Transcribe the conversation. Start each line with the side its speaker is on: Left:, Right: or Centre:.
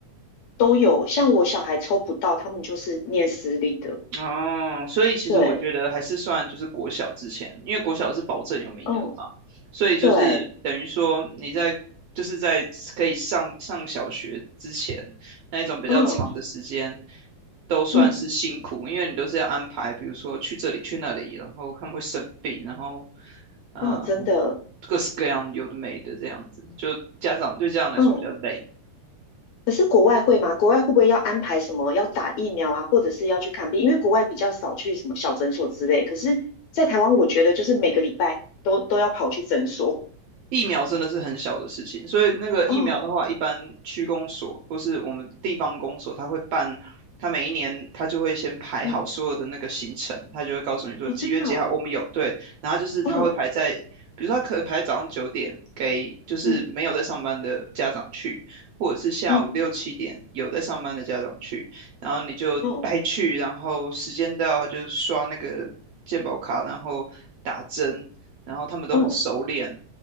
Left: 都有，像我小孩抽不到，他们就是念私立的。
Right: 哦，所以其实我觉得还是算就是国小之前，
Left: 对，
Right: 因为国小是保证有名额嘛，
Left: 嗯，
Right: 所以就是等于说你在就是在可以上上小学之前
Left: 对，
Right: 那一种比较长的时间，
Left: 嗯
Right: 都算是辛苦，
Left: 嗯，
Right: 因为你都是要安排，比如说去这里去那里，然后他们会生病，然后嗯，
Left: 哦，真的，
Right: 各式各样有的没的这样子，就家长对家长来说比较累。
Left: 嗯可是国外会吗？国外会不会要安排什么要打疫苗啊，或者是要去看病？因为国外比较少去什么小诊所之类。可是，在台湾，我觉得就是每个礼拜都都要跑去诊所。
Right: 疫苗真的是很小的事情，所以那个疫苗的话，
Left: 哦，
Right: 一般区公所或是我们地方公所，他会办，他每一年他就会先排好所有的那个行程，
Left: 嗯，
Right: 他就会告诉你说几月几号我们有，
Left: 哦，真的
Right: 对，然后就是他会排在，
Left: 嗯，哦，
Right: 比如说他可能排在早上九点给就是没有在上班的家长去，
Left: 嗯
Right: 或者是下午六七点有在上班的家长去，
Left: 嗯，
Right: 然后你就带去，
Left: 哦
Right: 然后时间到他就刷那个健保卡，然后打针，然后他们都很熟练。
Left: 哦，